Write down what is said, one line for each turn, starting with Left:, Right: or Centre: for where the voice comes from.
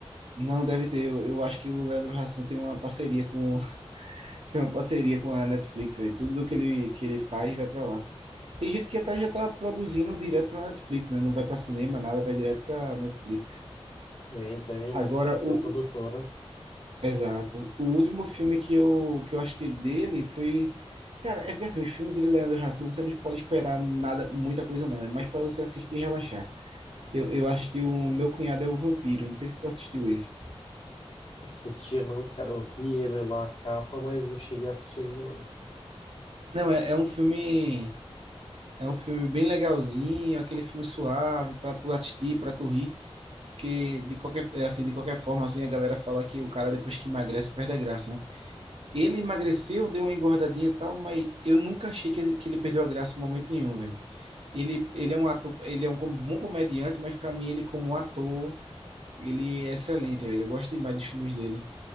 Right: não, deve ter. Eu, eu acho que o Leandro Hassum tem uma parceria com Tem uma parceria com a Netflix, velho. Tudo do que ele, que ele faz vai pra lá. Tem gente que até já tá produzindo direto pra Netflix, né? Não vai pra cinema, nada, vai direto pra Netflix.
Left: Tem, tem,
Right: Agora,
Left: Netflix
Right: o.
Left: é produtora.
Right: Exato. O último filme que eu, que eu assisti dele foi. Cara, é porque assim, os filmes de Leandro Hassum, você não pode esperar nada, muita coisa não. É mais pra você assistir e relaxar. Eu, eu assisti o Meu Cunhado é um Vampiro. Não sei se tu assistiu esse.
Left: Assistia não, cara. Eu vi ele lá, a capa, mas não cheguei a assistir ainda, não.
Right: Não, é, é um filme. É um filme bem legalzinho, aquele filme suave pra tu assistir, pra tu rir. Porque de qualquer, é assim, de qualquer forma, assim, a galera fala que o cara depois que emagrece perde a graça, né? Ele emagreceu, deu uma engordadinha e tal, mas eu nunca achei que, que ele perdeu a graça em momento nenhum, velho. Ele, ele é um ator, ele é um com- bom comediante, mas para mim ele como ator, ele é excelente, velho. Eu gosto demais dos filmes dele.